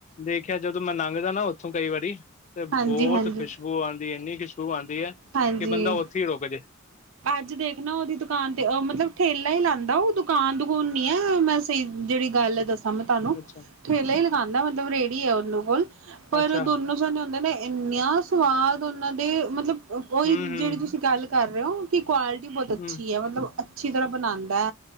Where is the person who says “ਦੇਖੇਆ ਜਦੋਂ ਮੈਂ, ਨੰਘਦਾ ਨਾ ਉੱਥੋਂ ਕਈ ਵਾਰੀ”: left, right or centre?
Left